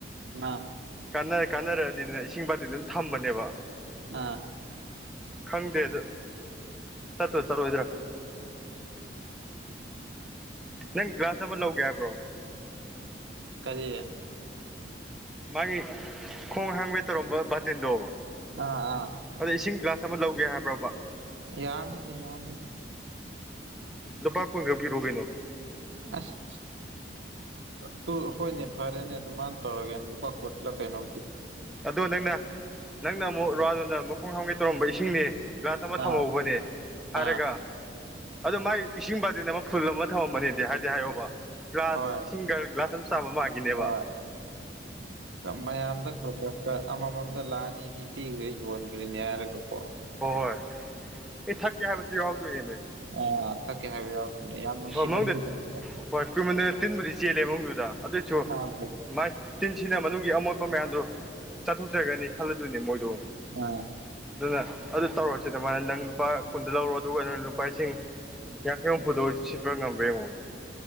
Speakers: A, on the right; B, in the centre.
A: ꯑ
B: ꯀꯥꯟꯅꯔꯛꯑꯗꯤꯅꯦ ꯏꯁꯤꯡ ꯕꯥꯇꯤꯟ ꯑꯗꯨꯝ ꯊꯝꯕꯅꯦꯕ
A: ꯑꯥ
B: ꯈꯪꯗꯦ ꯑꯗꯨ ꯆꯠꯣ ꯆꯠꯨꯣꯏ ꯏꯗ꯭ꯔ ꯅꯪ ꯒ꯭ꯂꯥꯁ ꯑꯃ ꯂꯧꯒꯦ ꯍꯥꯏꯕ꯭ꯔꯣ
A: ꯀꯔꯤ
B: ꯃꯥꯒꯤ ꯈꯣꯡ ꯍꯥꯡꯕ ꯇꯧꯔꯝꯕ ꯕꯥꯇꯤꯟꯗꯣ
A: ꯑꯥ ꯑꯥ
B: ꯑꯗ ꯏꯁꯤꯡ ꯒ꯭ꯂꯥꯁ ꯑꯃ ꯂꯧꯒꯦ ꯍꯥꯏꯕ꯭ꯔꯕ
A: ꯌꯥꯅꯤꯅꯦ ꯌꯥꯅꯤꯅꯦ
B: ꯑꯗꯨꯄꯥꯥꯛ ꯀꯣꯏꯒ ꯄꯤꯔꯣꯒꯩꯅꯣ
A: ꯑꯁ ꯇꯨ ꯍꯣꯏꯅꯦ ꯐꯔꯦꯅꯦ ꯇꯨ ꯃꯥꯅ ꯇꯧꯔꯒꯦ ꯄꯠꯂ ꯀꯩꯅ
B: ꯑꯗꯣ ꯅꯪꯅ ꯅꯪꯅ ꯑꯃꯨꯛ ꯔꯅ ꯃꯈꯣꯡ ꯍꯥꯡꯝꯒꯦ ꯇꯧꯔꯝꯕ ꯏꯁꯤꯡꯅꯦ ꯒ꯭ꯂꯥꯁ ꯑꯃ ꯊꯝꯍꯧꯕꯅꯦ
A: ꯑꯥ
B: ꯍꯥꯏꯔꯒ
A: ꯑꯥ
B: ꯑꯗꯨ ꯃꯥꯏ ꯏꯁꯤꯡ ꯕꯥꯇꯦꯟ ꯑꯃ ꯐꯨꯜ ꯑꯃ ꯊꯝꯃꯝꯕꯅꯤꯗꯤ ꯍꯥꯏꯗꯤ ꯍꯥꯏꯌꯣꯕ ꯒ꯭ꯂꯥꯁ
A: ꯍꯣꯏ
B: ꯏꯁꯤꯡꯒꯒꯥ ꯒ꯭ꯂꯥꯁ ꯑꯃ ꯆꯥꯕ ꯃꯈꯤꯅꯦꯕ
A: ꯍꯣꯏ ꯃꯌꯥꯝꯗ ꯊꯣꯛꯄ ꯑꯃꯃꯝꯗ ꯂꯥꯛꯑꯅꯤꯅꯤ ꯄꯤꯈ꯭꯭ꯔꯦ ꯌꯣꯟꯈ꯭ꯔꯤꯅꯤ ꯍꯥꯏꯔꯒ ꯀꯣ
B: ꯍꯣꯏ ꯍꯣꯏ ꯑꯩ ꯊꯛꯀꯦ ꯍꯥꯏꯕꯁꯨ ꯌꯥꯎꯗꯣꯏꯅꯦꯃꯦ
A: ꯑꯥ ꯊꯛꯀꯦ ꯍꯥꯏꯌꯨ ꯌꯥꯎꯔꯛꯄꯅꯦ ꯌꯥꯝ ꯅꯨꯡꯁꯤꯃꯟꯕꯤꯗꯅ
B: ꯃꯅꯨꯡꯗ ꯍꯣꯏ ꯀꯨꯏꯃꯟꯗꯅ ꯇꯤꯟꯕꯨꯗꯤ ꯆꯦꯜꯂꯦ ꯃꯅꯨꯡꯗꯨꯗ ꯑꯗꯨꯏꯁꯨ
A: ꯑ ꯐ
B: ꯃꯥꯏ ꯇꯤꯟꯁꯤꯅ ꯃꯅꯨꯡꯒꯤ ꯑꯃꯣꯠ ꯑꯣꯄ ꯃꯌꯥꯝꯗꯣ ꯆꯠꯊꯣꯛꯆꯒꯅꯤ ꯈꯜꯂꯗꯣꯏꯅꯦ ꯃꯣꯏꯗꯣ
A: ꯑꯥ
B: ꯑꯗꯨꯅ ꯑꯗꯨ ꯇꯧꯔꯁꯤ ꯑꯗꯨꯃꯥꯏꯅ ꯅꯪ ꯂꯨꯄꯥ ꯀꯨꯟꯗ ꯂꯧꯔꯣ ꯑꯗꯨꯒ ꯂꯨꯄꯥ ꯂꯤꯁꯤꯡ ꯌꯥꯡꯈꯩ ꯍꯨꯝꯐꯨꯗ ꯑꯣꯏꯁꯤ ꯁꯤꯠꯄꯒ ꯉꯝꯕ꯭ꯔꯦꯡꯉꯣ